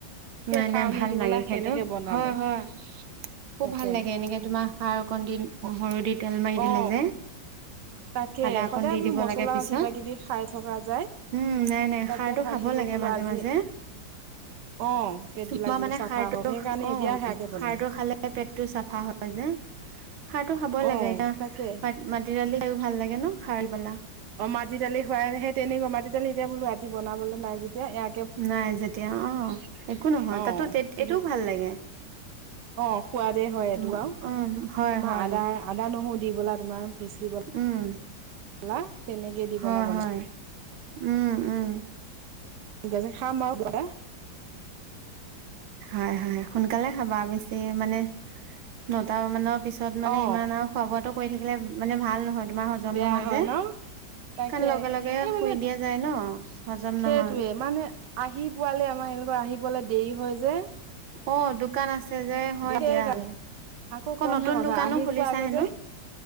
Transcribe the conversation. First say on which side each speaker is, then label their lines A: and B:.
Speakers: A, on the right (about 65°); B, on the right (about 80°).
A: সেই
B: নাই
A: খাৱনি
B: নাই ভাল
A: দি
B: লাগে
A: পেলাই
B: সেইটো।
A: সেনেকে বনালো
B: হয়, হয়। খুব
A: তাকে
B: ভাল লাগে এনেকে তোমাৰ খাৰ অকণ দি,
A: অ
B: নহৰু দি তেল মাৰি দিলে
A: অ
B: যে
A: তাকে
B: আদা অকণ
A: সদায়
B: দি
A: বোলো
B: দিব
A: মছলা
B: লাগে পিছত।
A: কিবা কিবি খাই থকা যায়
B: উম, নাই নাই
A: তাকে
B: খাৰটো
A: ভাবিলো
B: খাব ব লাগে
A: বোলো
B: মাজে-মাজে।
A: আজি অ পেট
B: তোমাৰ
A: বিলাক বোলো
B: মানে
A: চাফা
B: খাৰটো,
A: হওক সেইকাৰণে
B: অ'
A: এতিয়া সেয়াকে বনালো
B: খাৰটো খালে পেটটো চাফা হয় যে। খাৰটো খাব লাগে
A: অ
B: মাটি
A: তাকে
B: দালি খাইয়ো ভাল লাগে ন', খাৰ পেলা।
A: অ', মাটি দালি খুৱাইহে তেনেকুৱা, মাটি দালি এতিয়া বোলো ৰাতি বনাবলৈ নাই যেতিয়া, এয়া
B: নাই যেতিয়া অ', একো নহয়,
A: অ
B: তাতো
A: সেই
B: এইটোও ভাল লাগে।
A: অ', সোৱাদে হয়
B: তোমাৰ
A: এইটো আও।
B: উম হয়
A: তোমাৰ
B: হয়
A: আদাৰ আদা-নহৰু, দি বলা তোমাৰ পিচিব
B: উম।
A: লা, তেনেকে দি
B: হয়
A: বলা বনাই।
B: হয় উম, উম,
A: এতিয়া যে খাম আও কিবা এটা।
B: হয়, হয়। সোনকালে খাবা, বেছি মানে নটা মানৰ পিছত মানে
A: অ
B: ইমান আও খোৱা-বোৱাটো কৰি থাকিলে মানে ভাল নহয়, তোমাৰ হজম
A: বেয়া
B: নহয়
A: হয়
B: যে।
A: ন তাকে
B: কাৰণ, লগে-লগে
A: এই
B: শুই
A: মানে
B: দিয়া যায় ন' হজম
A: সেইটোৱে
B: নহয়।
A: মানে আহি পোৱালে আমাৰ এওঁলোকৰ আহি পোৱালে দেৰি হয় যে!
B: অ', দোকান আছে যে হয়
A: <unintelligible>
B: দিয়া
A: আকৌ কমহে
B: নতুন
A: কথা
B: দোকানো
A: আহি
B: খুলিছা
A: পোৱা আগতে
B: হেনো